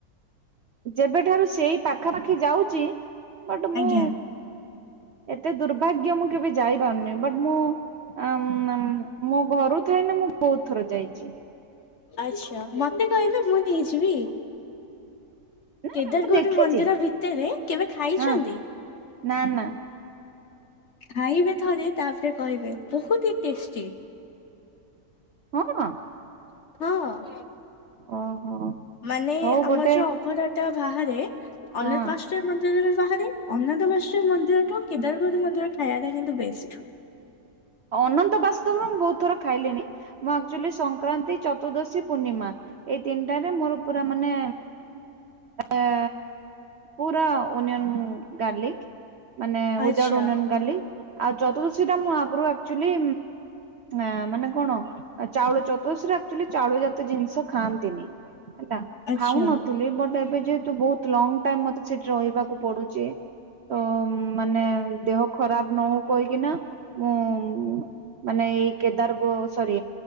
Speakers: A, on the right; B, on the left.
A: ଯେବେଠାରୁ ସେଇ ପାଖାପାଖି ଯାଉଚି ବଟ୍ ମୁଁ
B: ଆଜ୍ଞା।
A: ଏତେ ଦୁର୍ଭାଗ୍ୟ ମୁଁ କେବେ ଯାଇପାରୁନି ବଟ୍ ମୁଁ ଆ-ମ୍-ଆମ୍- ମୋ ଘରୁ ଥାଏ ନା ମୁଁ ବହୁତ୍ ଥର ଯାଇଚି।
B: ଆଚ୍ଛା ମତେ କହିବେ ମୁଁ ନେଇଯିବି।
A: ନା
B: କେଦାରଗୌରୀ
A: ନା ମୁଁ ଦେଖିଛି
B: ମନ୍ଦିର ଭିତରେ କେବେ ଖାଇଚନ୍ତି?
A: ହଁ ନା ନା।
B: ଖାଇବେ ଥରେ ତାପରେ କହିବେ ବହୁତ ହି ଟେଷ୍ଟି।
A: ହଁ।
B: ହଁ।
A: ଓହୋ।
B: ମାନେ
A: ହଉ
B: ଆମର
A: ଗୋଟେ
B: ଯଉ ଅଭଡା ଟା ବାହାରେ ଅନେକ୍
A: ହଁ
B: ମାସ୍ ଟ ମନ୍ଦିରରେ ବାହାରି ଅନନ୍ଦବାଷ୍ଟ୍ର ମନ୍ଦିରଠୁ କେଦାରଗୌରୀ ମନ୍ଦିର ଖାଇବା ଟା କିନ୍ତୁ ବେଷ୍ଟ୍।
A: ଅନନ୍ତ ବାସୁଦେବରେ ମୁଁ ବହୁତ ଥର ଖାଇଲିଣି। ମୁଁ ଆକ୍ଚୁଆଲି ସଂକ୍ରାନ୍ତି, ଚତୁର୍ଦଶୀ, ପୂର୍ଣ୍ଣିମା ଏଇ ତିନିଟାରେ ମୋର ପୁରା ମାନେ ଏ ପୁରା ଓନିଅନ ଗାର୍ଲିକ। ମାନେ ୱିତ୍
B: ଆଚ୍ଛା।
A: ଆଉଟ୍ ଓନିଅନ ଗାର୍ଲିକ ଆଉ ଚତୁର୍ଦ୍ଦଶୀ ଟା ମୁଁ ଆଗରୁ ଏକଚଲି ଆ ମାନେ କଣ ଚାଉଳ ଚତୁର୍ଶୀରେ ଆକ୍ଚୁଆଲି ଚାଉଳ ଜାତୀୟ ଜିନିଷ ଖାଆନ୍ତିନି। ହେଲା
B: ଆଚ୍ଛା।
A: ଖାଉନଥିଲି ବଟ ଏବେ ଯେହେତୁ ବହୁତ ଲଙ୍ଗ ଟାଇମ ମତେ ସେଠି ରହିବାକୁ ପଡୁଚି। ଅ ମାନେ ଦେହ ଖରାପ ନ ହଉ କହିକିନା ମୁଁ ଉଁ ମାନେ ଏଇ କେଦାରଗ ସରି